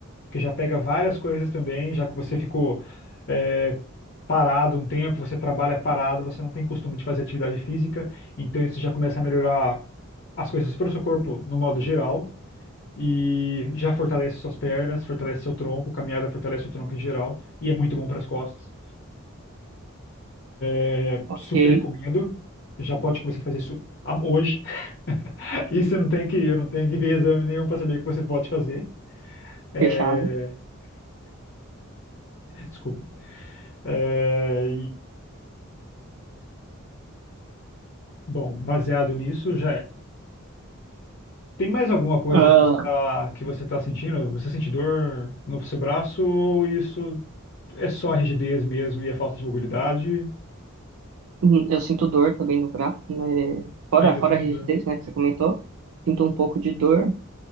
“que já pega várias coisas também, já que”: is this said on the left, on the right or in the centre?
Left